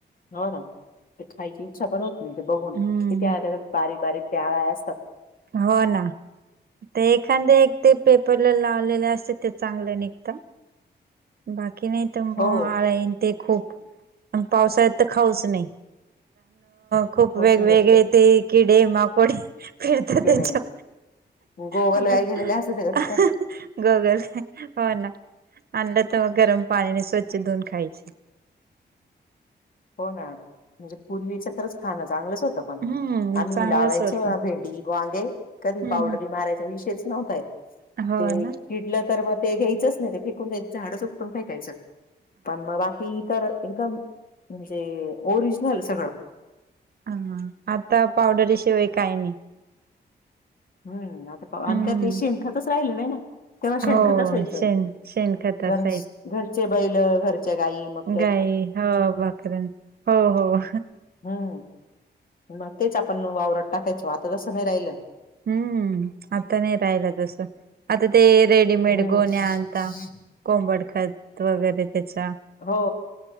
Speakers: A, on the left; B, on the right.
A: हो नां ते खांयची ईच्छा पणं होती नाहीं तेे बघूंन किती
B: हम्म
A: त्यां बारीक बारीक अळ्यां असतांत
B: हो नां ते एखादे एक ते पेपरला लावलेले असते ते चांगलं निघतात बाकी नाहीं तरं मंग
A: हो
B: आळयां ते खूंप आणि पावसाळ्यांत तरं खांऊच नाहीं खूंप
A: हो
B: वेगवेगळे
A: समजा
B: ते किडे माकोडे फिरतां
A: पेढ
B: तेच्यां
A: गोगल
B: आपं
A: काय गेलेले असत त्याच्यात
B: हं हं हं गोगंल होनां आणलं तरं मंग गरमं पाणीने स्वंच्छ धुवूंन खांयचे
A: हो नां म्हणजे पूर्वीच तरचं खांन चांगलंच होतं
B: हम्म
A: आम्हीं
B: चांगलंच
A: लावांयचो
B: होतं
A: भेंडी वांगे कधीं
B: हम्म
A: पावडरी मारांयच्या विषयंच नव्हतां येतं
B: हम्म हो
A: ते
B: ना.
A: किडलं तरं मंग ते घ्यायचंच नाहीं ते फेकूंन झाडं ऊटतूंन फेकायचं पणं मंग बाकी इतरं एकदंम म्हणजे ओरिजनल संगळ नां
B: हां आंता पावडरीशिवांय कांहीं नाहीं
A: हम्मं आंता
B: हम्म.
A: अनं त्यांतं शेणखंतच राहिलेलं नाहीं नां तेव्हां शेणखंत
B: हो
A: असायचं
B: शेण शेणखत असायच
A: घरं घरंचे बैल घरंच्या गाई मंग
B: गाई हो बाकर हो हो
A: हम्मं मंग तेचं आपणं वावरांत टाकांयचो आंता तसं नाहीं राहिलं
B: हम्मं आंता नाहीं राहिलं तसं आंता ते रेडीमेड
A: हम्म.
B: गोन्यां आनंतात कोंबडं खंत वगैरें त्यांच्या
A: हो